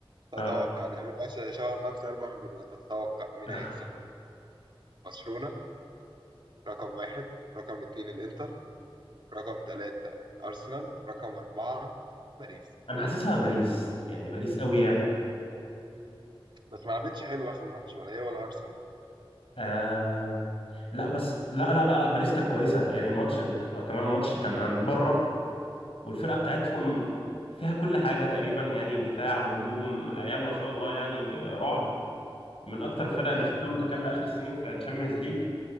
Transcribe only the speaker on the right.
تتوقع
نعمل مثلا شبه ممسى 4 مليون تتوقع مين
هيكسب برشلونة رقم واحد رقم اتنين الإنتر رقم تلاتة أرسنال رقم أربعة باريس
بس ما لعبتش حلو اخر ماتش ولا هي ولا ارسنال
امم